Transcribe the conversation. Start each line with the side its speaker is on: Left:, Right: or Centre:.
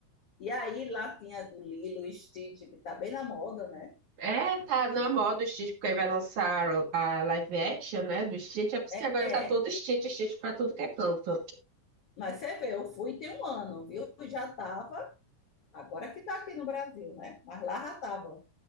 Left: E aí lá tinha do Lilo Stitch, que tá bem na moda, né?
Right: É, tá na
Left: E
Right: moda o Stitch, porque aí vai lançar a live action, né, do Stitch. É por isso
Left: é.
Right: que agora tá todo Stitch, Stitch pra tudo que é canto.
Left: Mas você vê, eu fui tem um ano, viu? Eu Já tava, agora que tá aqui no Brasil, né? Mas lá já tava.